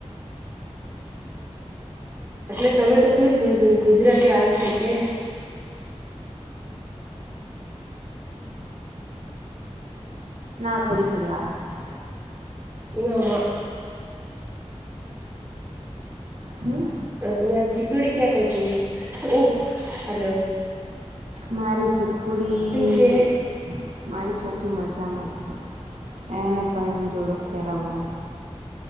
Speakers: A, on the right; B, on the right.
A: એટલે તમે કીધું તું ગુજરાતી આવશે કે
B: ના થોડી થોડી આવશે.
A: ના
B: હમ
A: અ તો મારી ચિકુડી ક્યાં કર રહી હૈ? ઓહ હાલો.
B: મારી ચીપકુડી
A: છે
B: મારી છોકરી મજામાં છે. એને ભાઈને જોડ ખે રમે.